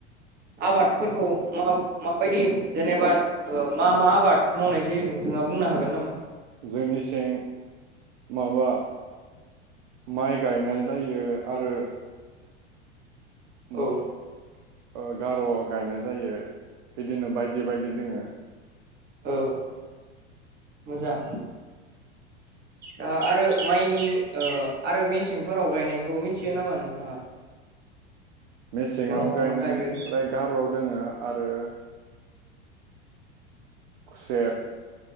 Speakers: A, on the right; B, on the right.
A: आबादफोरखौ मा-माबायदि जेनेबा ओ मा मा आबाद मावनाय जायो नोंथाङा बुंनो हागोन नामा?
B: जोंनिसिं माबा माइ गायनाय जायो आरो
A: औ
B: मा ओ गार गायनाय जायो। बिदिनो बायदि बायदि दोङो।
A: औ मोजां दा आरो माइनि ओ आरो मेसेंफोराव गायनायखौ मिथियो नामा नोंथाङा?
B: मेसेङाव
A: मा
B: गायनाय
A: मा गायो
B: लाइक गार दङो। आरो। खुसेर।